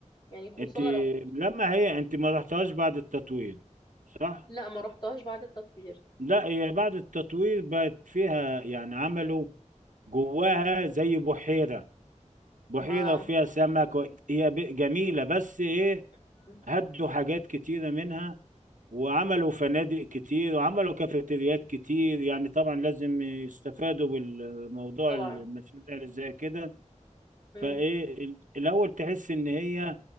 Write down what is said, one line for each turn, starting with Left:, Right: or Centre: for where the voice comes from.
Left: يعني خسارة
Right: انت لما هي انت ما رحتهاش بعد التطوير صح
Left: لا ما رحتهاش بعد التطوير
Right: لا هي بعد التطوير بقت فيها يعني عملوا جواها زي بحيره بحيره
Left: اه
Right: وفيها سمك و- هي ب- جميله بس ايه
Left: مم.
Right: هدوا حاجات كتيره منها وعملوا فنادق كتير وعملوا كافيتريات كتير يعني طبعا لازم يستفادوا بالموضوع
Left: طبعا
Right: المشاريع اللي زي كده
Left: مم.
Right: فايه ال- الاول تحس ان هي